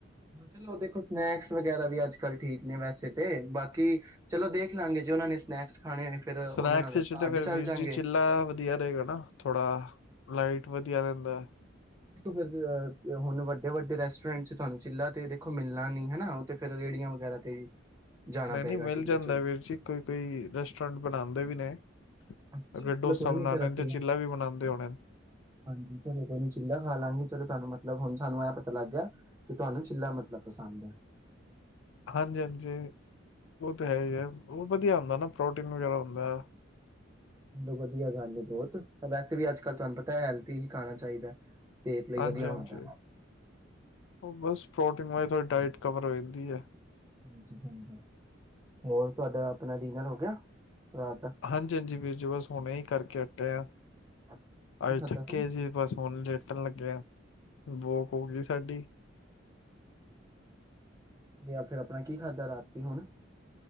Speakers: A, on the right (about 15°); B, on the left (about 70°).
A: ਚਲੋ ਦੇਖੋ ਸਨੈਕਸ। ਵਗੈਰਾ ਵੀ ਅੱਜ ਕੱਲ੍ਹ ਠੀਕ ਨੇ ਵੈਸੇ ਤੇ ਬਾਕੀ ਚਲੋ ਦੇਖ ਲਾਂਗੇ ਜੇ ਉਹਨਾਂ ਨੇ ਸਨੈਕਸ। ਖਾਣੇ ਹੋਏ ਫਿਰ ਉਹਨਾਂ
B: ਸਨੈਕਸ
A: ਨਾਲ
B: ਵਿਚ ਤੇ
A: ਅੱਡ
B: ਫਿਰ
A: ਚੱਲ
B: ਵੀਰ
A: ਜਾਂਗੇ
B: ਜੀ ਚਿੱਲਾ ਵਧੀਆ ਰਹੇਗਾ ਨਾ ਥੋੜਾ ਲਾਈਟ। ਵਧੀਆ ਰਹਿੰਦਾ ਹੈ।
A: ਦੇਖੋਂ ਫਿਰ ਹੁਣ ਵੱਡੇ ਵੱਡੇ ਰੈਸਟੋਰੈਂਟ ਚ ਤੁਹਾਨੂੰ ਚਿੱਲਾ ਤੇ ਦੇਖੋ ਮਿਲਣਾ ਨਹੀ ਹਨਾ ਉਹ ਤੇ ਫਿਰ ਰੇਹੜੀਆਂ ਵਗੈਰਾ ਤੇ। ਜਾਣਾ
B: ਨਹੀਂ
A: ਪਏਗਾ
B: ਨਹੀਂ ਮਿਲ
A: ਚਿੱਲੇ
B: ਜਾਂਦਾ
A: ਚੁੱਲੇ
B: ਵੀਰ ਜੀ ਕੋਈ ਕੋਈ ਰੈਸਟੋਰੈਂਟ ਬਣਾਉਂਦੇ ਵੀ ਨੇ।
A: ਅੱਛਾ
B: ਅਗਰ ਡੋਸਾ
A: ਚਲੋ ਕੋਈ
B: ਬਣਾ
A: ਨੀ ਫੇਰ
B: ਰਹੇ
A: ਅਸੀਂ
B: ਤੇ ਚਿੱਲਾ ਵੀ ਬਣਾਉਂਦੇ ਹੋਣੇ
A: ਹਾਂਜੀ ਚਲੋ ਕੋਈ ਨੀ ਚਿੱਲਾ ਖਾ ਲਾਂਗੇ। ਚਲੋ ਤੁਹਾਨੂੰ ਮਤਲਬ ਹੁਣ ਸਾਨੂੰ ਇਹ ਪਤਾ ਲੱਗ ਗਿਆ ਕਿ ਤੁਹਾਨੂੰ ਚਿੱਲਾ ਮਤਲਬ ਪਸੰਦ ਹੈ।
B: ਹਾਂਜੀ ਹਾਂਜੀ। ਉਹ ਤੇ ਹੈ ਹੀ ਉਹ ਵਧੀਆ ਹੁੰਦਾ ਨਾ। ਪ੍ਰੋਟੀਨ ਵਗੈਰਾ ਹੁੰਦਾ।
A: ਚਲੋ ਵਧੀਆ ਗੱਲ ਬਹੁਤ ਵੈਸੇ ਵੀ ਅੱਜ ਕੱਲ ਤੁਹਾਨੂੰ ਪਤਾ ਹੈਲਥੀ ਹੀ ਖਾਣਾ ਚਾਹੀਦਾ। ਸਿਹਤ ਲਈ
B: ਹਾਂਜੀ
A: ਵਧੀਆ
B: ਹਾਂਜੀ
A: ਹੁੰਦਾ
B: ਉਹ ਬਸ ਪ੍ਰੋਟੀਨ ਹੋਏ ਥੋੜੀ ਡਾਇਾਈਟ ਕਵਰ ਹੋ ਜਾਂਦੀ ਹੈ।
A: ਹਾਂਜੀ ਹਾਂਜੀ ਹੋਰ ਤੁਹਾਡਾ ਆਪਣਾ ਡਿਨਰ ਹੋ ਗਿਆ। ਰਾਤ ਦਾ?
B: ਹਾਂਜੀ ਹਾਂਜੀ ਵੀਰ ਜੀ ਬਸ ਹੁਣੇ ਹੀ ਕਰਕੇ। ਚੱਟਿਆ।
A: ਅੱਛਾ, ਕੀ
B: ਅੱਜ
A: ਖਾਧਾ
B: ਥੱਕੇ
A: ਫਿਰ?
B: ਸੀ ਬਸ ਹੁਣ ਲੇਟਣ ਲੱਗੇ ਆ ਬੋਕ ਹੋ ਗਈ ਸਾਡੀ।
A: ਤੇ ਫਿਰ ਆਪਣਾ ਕੀ ਖਾਧਾ ਰਾਤੀ ਹੁਣ।